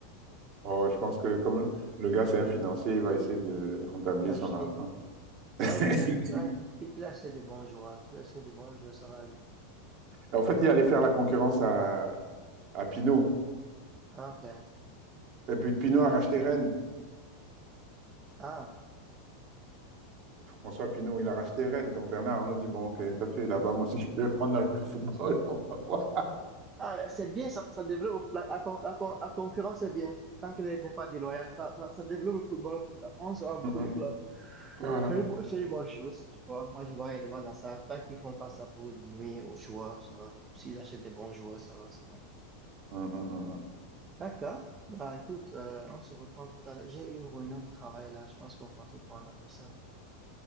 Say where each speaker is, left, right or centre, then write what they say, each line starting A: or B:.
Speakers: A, on the right; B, on the right.
A: oh, je pense que comme le gars, c'est un financier, il va essayer de rentabiliser
B: d'acheter.
A: son argent. <laughs>
B: Ouais, qu'ils a- ouais, qu'ils qu'ils achètent des bons joueurs. S'ils achètent des bons joueurs, ça va aller.
A: En fait, il allait faire la concurrence à, à Pinot.
B: Ah, ok.
A: Et puis Pinot a racheté Rennes.
B: Ah,
A: François Pinault, il a racheté Rennes. Donc Bernard Arnault dit, bon, ok, toi tu es là-bas, moi aussi je peux prendre dans le football, <laughs> on va voir.
B: Ah, c'est bien, ça, ça développe la, la con- la con- la concurrence est bien, tant qu'elle n'est pas déloyale, ça, ça, ça développe le football. La France aura beaucoup de
A: <laughs>
B: clubs.
A: Voilà.
B: C'est une, bo- c'est une bonne chose, je crois. Moi, je vois réellement dans ça. Tant qu'ils font pas ça pour nuire aux joueurs, ça va. S'ils achètent des bons joueurs, ça va, c'est bon.
A: Hum, hum, hum, hum.
B: D'accord. Bah, écoute, euh, on se reprend tout à l'heure. J'ai une réunion de travail là. Je pense qu'on pourra se prendre après ça.